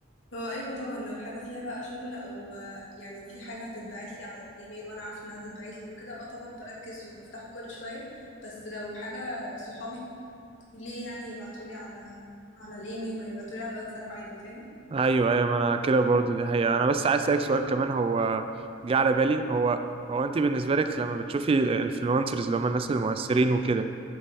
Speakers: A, on the left (about 75°); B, on the right (about 30°).
A: هو أيوة طبعا لو حاجة فيها بقى شغل أو آه، يعني في حاجة هتتبعتلي على الإيميل وأنا عارفة إنها هتتبعتلي وكده أه طبعا بركز وبفتحه كل شوية بس لو حاجة صحابي ليه يعني يبعتولي على على الإيميل ما يبعتولي على الواتساب عادي فاهم؟
B: ايوه ايوه ما انا كده برضو دي حقيقة انا بس عايز اسالك سؤال كمان هو جه على بالي هو هو انت بالنسبة لك لما بتشوفي الانفلونسرز اللي هم الناس المؤثرين وكده